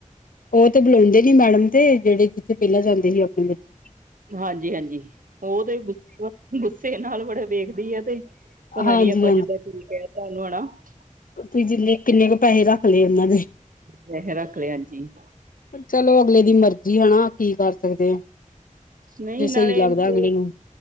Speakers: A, on the left (about 90°); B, on the right (about 80°).
A: ਉਹ ਤੇ ਬੁਲਾਉਂਦੇ ਨੀ ਮੈਡਮ ਤੇ ਜਿਹੜੇ ਜਿੱਥੇ ਪਹਿਲਾਂ ਜਾਂਦੇ ਸੀ ਆਪਣੀ ਬੱਚੇ।
B: ਹਾਂਜੀ-ਹਾਂਜੀ ਉਹ ਤੇ ਗੁੱਸ ਗੁੱਸੇ ਨਾਲ ਬੜੇ ਵੇਖਦੀ ਆ ਤੇ ਪਤਾ
A: ਹਾਂਜੀ
B: ਨੀ ਆਪਾਂ ਜਿੱਦਾਂ ਠੀਕ ਹੈ। <unintelligible>
A: ਤੁ ਜਿੰਨੇ ਕਿੰਨੇ ਕੁ ਪੈਹੇ ਰੱਖ ਲਏ?
B: ਵੈਸੇ ਰੱਖ ਲਿਆ ਜੀ
A: ਚਲੋ। ਅਗਲੇ ਦੀ ਮਰਜੀ ਹੈ ਨਾ ਕੀ ਕਰ ਸਕਦੇ ਆ।
B: ਨਹੀਂ
A: ਜੇ
B: ਨਾਲੇ
A: ਸਹੀ ਲੱਗਦਾ
B: ਮਤਲਬ
A: ਅਗਲੇ ਨੂੰ